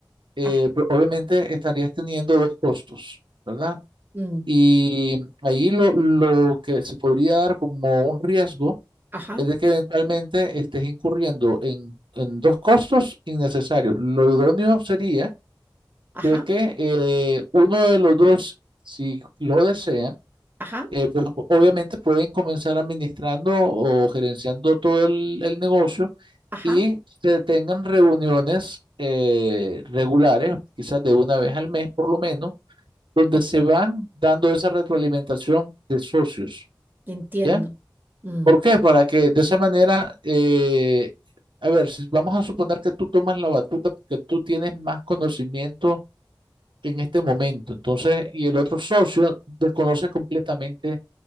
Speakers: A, on the right; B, on the right.
A: eh,
B: Ajá.
A: pues, obviamente estarías teniendo dos costos, ¿verdad?
B: mm,
A: Y ahí lo, lo que se podría dar como un riesgo
B: Ajá,
A: es de que eventualmente estés incurriendo en, en dos costos innecesarios. Lo idóneo sería
B: ajá,
A: de que eh, uno de los dos, si lo desea,
B: ajá,
A: eh, pues obviamente pueden comenzar administrando o gerenciando todo el, el negocio
B: ajá,
A: y se tengan reuniones eh, regulares, quizás de una vez al mes por lo menos, donde
B: ok,
A: se van dando esa retroalimentación de socios,
B: Entiendo.
A: ¿ya?
B: Mm,
A: ¿Por qué? Para que de esa manera, eh, a ver, si vamos a suponer que tú tomas la batuta porque tú tienes más conocimiento en este momento. Entonces,
B: o-
A: y el otro socio desconoce completamente